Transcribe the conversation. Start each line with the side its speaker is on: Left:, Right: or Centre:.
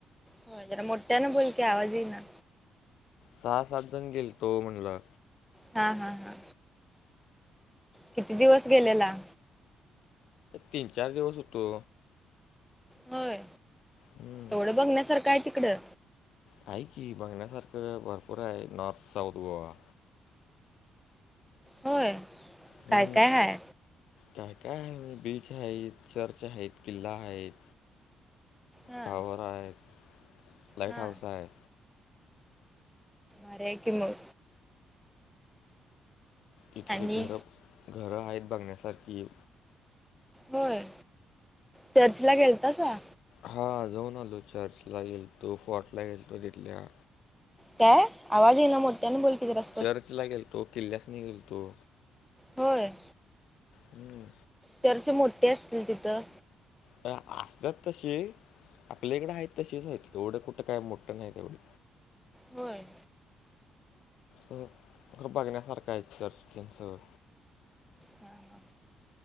Centre: हो जरा मोठ्या न बोलकी आवाज ईना.
Left: सहा सात जण गेले तो म्हणलो.
Centre: हा हा हा. किती दिवस गेलेला?
Left: तीन, चार दिवस होतो.
Centre: होय,
Left: हं.
Centre: एवढं बघण्यासारखं आहे तिकडं?
Left: हाय की, बघण्यासारखं भरपूर आहे. North, south Goa.
Centre: होय
Left: हू.
Centre: काय काय हाय
Left: काय काय आहे, बीच आहेत, चर्च आहेत, किल्ला आहेत.
Centre: हा
Left: टॉवर आहेत, लाइट
Centre: हा
Left: हाऊस आहे.
Centre: आहे की मग.
Left: इथली
Centre: आणि
Left: घरं, घरं आहेत बघण्यासारखी.
Centre: होय, चर्च ला गेलतासा?
Left: हा जाऊन आलो. चर्चला गेलतो, फोर्ट ला गेलातो तिथल्या.
Centre: काय? आवाज ये ना मोठ त्यांन बोलकी जर असत
Left: चर्च ला गेलतो. किल्ल्यास नि गेलतो.
Centre: होय.
Left: हू.
Centre: चर्चे मोठे असतील तिथं.
Left: तर असतात तशे. आपल्याकडे आहेत तशीच आहेत एवढं कुठं काय मोठं नाही एवढे
Centre: होय
Left: खरं बघण्यासारखं आहे चर्चे आणि ते सगळं
Centre: हा हा-